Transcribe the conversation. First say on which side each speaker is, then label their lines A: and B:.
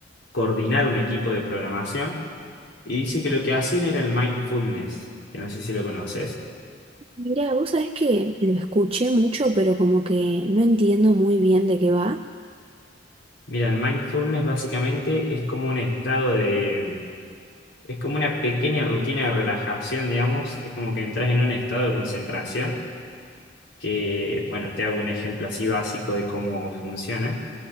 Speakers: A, on the left (about 75°); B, on the right (about 30°).
A: coordinar un equipo de programación y dice que lo que hacían era el mindfulness, que no sé si lo conoces.
B: Mirá, vos sabés que lo escuché mucho, pero como que no entiendo muy bien de qué va.
A: Mira, el mindfulness básicamente es como un estado de... Es como una pequeña rutina de relajación, digamos, es como que entras en un estado de concentración, que, bueno, te hago un ejemplo así básico de cómo funciona